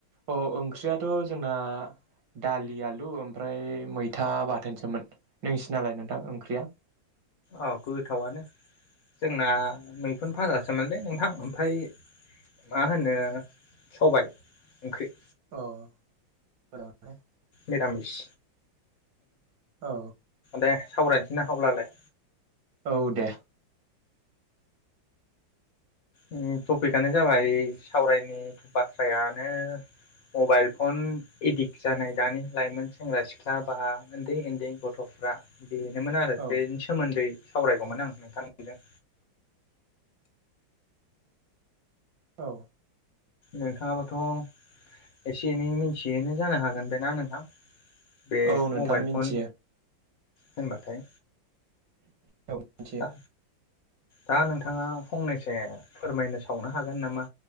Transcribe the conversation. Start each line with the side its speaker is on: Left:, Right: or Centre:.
Right: अ ओंख्रियाथ' जोंना दालि आलु ओमफ्राय मैथा बाथोनसोमोन नोंसिनालाय नोंथां ओंख्रिया?
Left: औ गोथावनो जोंना मैखुन फाजासोमोनलै नोंथां। ओमफाय मा होनो सबाय ओंख्रि।
Right: अह मोजाङानो।
Left: निरामिस
Right: औ।
Left: दे सावरायनोसै ना अब्लालाय।
Right: औ दे।
Left: उम टपिकआनो जाबाय सावरायनाय बाथ्रायानो मबाइल फन एडिक्ट जानाय दानि लाइमोन सेंग्रा सिख्ला बा उन्दै उन्दै गथ'फ्रा। बेनोमोन आरो
Right: औ
Left: बेनि सोमोन्दै सावरायगौमोन आं नोंथांजों।
Right: औ।
Left: नोंथाङाबोथ' एसे एनै मिथियोनो जानो हागोन ना नोंथां? बे
Right: औ
Left: मबाइल
Right: नोंथां मिनथियो।
Left: फन होनबाथाय।
Right: औ मिनथियो।
Left: दा दा नोंथाङा फंनैसो फोरमायनो सावनो हागोन नामा